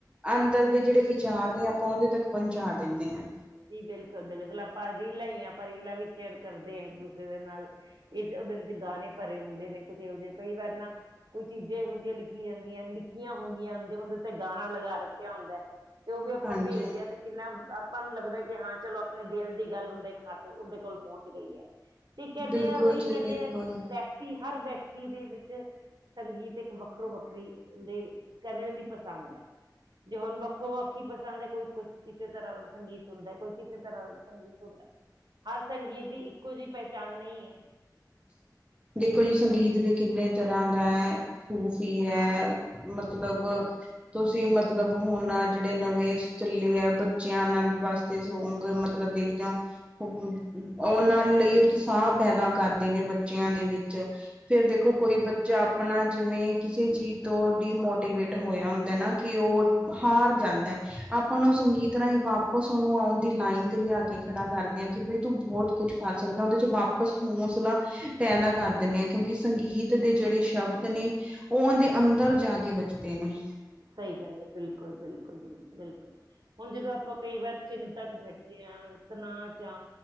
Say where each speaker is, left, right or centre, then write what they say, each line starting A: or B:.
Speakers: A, on the right; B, on the right.
A: ਅੰਦਰ ਦੇ ਜਿਹੜੇ ਵਿਚਾਰ ਨੇ ਆਪਾਂ ਉਹਦੇ ਤੱਕ ਪਹੁੰਚਾ ਦਿੰਦੇ ਹਾਂ।
B: ਜੀ ਬਿਲਕੁਲ ਬਿਲਕੁਲ ਆਪਾਂ ਰੀਲਾਂ ਹੀ ਹ ਆਪਾਂ ਰੀਲਾ ਵੀ ਸ਼ੇਅਰ ਕਰਦੇ ਹ ਇੱਕ ਦੂਸਰੇ ਦੇ ਨਾਲ। ਇਸ ਉਦੇਰ ਵਿੱਚ ਗਾਣੇ ਭਰੇ ਹੁੰਦੇ ਨੇ ਕੁੱਝ ਇਹੋ ਜਿਹੇ ਕਈ ਵਾਰ ਨਾ ਕੋਈ ਚੀਜ਼ਾਂ ਇਹੋ ਜਿਹੀਆਂ ਲਿਖੀਆਂ ਜਾਂਦੀਆਂ ਲਿਖੀਆਂ ਹੁੰਦੀਆਂ ਹਦੇ ਉਹਦੇ ਤੇ ਗਾਣਾ ਲਗਾ ਰੱਖਿਆ ਹੁੰਦਾ। ਤੇ ਉਹ ਵੀ ਆਪਾਂ
A: ਹਾਂਜੀ
B: ਭੇਜਦੇ ਆ ਤੇ ਕਿੰਨਾ ਆਪਾਂ ਨੂੰ ਲੱਗਦਾ ਕਿ ਹਾਂ ਚਲੋ ਆਪਣੇ ਦਿਲ ਦੀ ਗੱਲ ਉਹਦੇ ਖਾਤ ਉਹਦੇ ਕੋਲ ਪਹੁੰਚ ਗਈ ਹੈ। ਤੇ ਕਹਿੰਦੇ
A: ਬਿਲਕੁਲ
B: ਆ ਉਹੀ
A: ਜੀ
B: ਕਹਿੰਦੇ
A: ਬਿਲਕੁਲ
B: ਆ। ਤੀ ਹਰ ਵਿਅਕਤੀ ਦੇ ਵਿੱਚ ਸੰਗੀਤ ਇੱਕ ਵੱਖਰੋ ਵੱਖਰੀ ਦੇ ਕਦੇ ਉਹਦੀ ਪਸੰਦ ਹੈ ਜੇ ਹੁਣ ਵੱਖੋ ਵੱਖ ਹੀ ਪਸੰਦ ਹੈ ਕੋਈ ਕੁ ਕਿਸੇ ਤਰ੍ਹਾਂ ਦਾ ਗੀਤ ਸੁਣਦਾ ਏ ਕੋਈ ਕਿਸੇ ਤਰ੍ਹਾਂ ਦਾ ਸੰਗੀਤ ਸੁ ਹਰ ਸੰਗੀਤ ਦੀ ਇੱਕੋ ਜਿਹੀ ਪਹਿਚਾਣ ਨਈ ਏ।
A: ਦੇਖੋ ਜੀ ਸੰਗੀਤ ਵੀ ਕਿੰਨੇ ਤਰ੍ਹਾਂ ਦਾ ਐ, ਸੂਫ਼ੀ ਐ। ਮਤਲਬ
B: ਤੁਸੀਂ ਹਾਂਜੀ
A: ਤੁਸੀਂ ਮਤਲਬ ਹੁਣ ਜਿਹੜੇ ਨਵੇਂ ਚੱਲੇ ਆ ਬੱਚਿਆਂ ਨਾਲ ਵਾਸ ਤੇ ਸੌਂਗ ਮਤਲਬ ਦੇਖਦਿਆ ਉਹਨਾਂ ਲਈ ਉਤਸਾਹ ਪੈਦਾ ਕਰਦੇ ਨੇ ਬੱਚਿਆਂ ਦੇ ਵਿੱਚ। ਫਿਰ ਦੇਖੋ ਕੋਈ ਬੱਚਾ ਆਪਣਾ ਜਿਵੇਂ ਕਿਸੇ ਚੀਜ਼ ਤੋਂ ਡੀਮੋਟੀਵੇਟ ਹੋਇਆ ਹੁੰਦੈ ਨਾ ਕਿ ਉਹ ਹਾਰ ਜਾਂਦੈ, ਆਪਾਂ ਨੂੰ ਸੰਗੀਤ ਰਾਹੀਂ ਵਾਪਸ ਉਹਨੂੰ ਆਉਣ ਦੀ ਲਾਈਨ ਤੇ ਲਿਆ ਕੇ ਖੜਾ ਕਰਦੇ ਆਂ ਕਿ ਬ ਤੂੰ ਬਹੁਤ ਕੁਛ ਕਰ ਸਕਦਾ ਉਹਦੇ ਚ ਵਾਪਸ ਹੌਸਲਾ ਪੈਦਾ ਕਰ ਦਿੰਨੇ ਐਂ ਕਿਉਂਕਿ ਸੰਗੀਤ ਦੇ ਜਿਹੜੇ ਸ਼ਬਦ ਨੇ ਉਹ ਉਹਨਦੇ ਅੰਦਰ ਜਾ ਕੇ ਵੱਜਦੇ ਨੇ।
B: ਸਹੀ ਗੱਲ ਐ ਬਿਲਕੁਲ-ਬਿਲਕੁਲ, ਬਿਲਕੁਲ। ਹੁਣ ਜਦੋਂ ਆਪਾਂ ਕਈ ਵਾਰ ਚਿੰਤਾ ਚ ਬੈਠੇ ਆਂ ਤਨਾਅ ਚਾ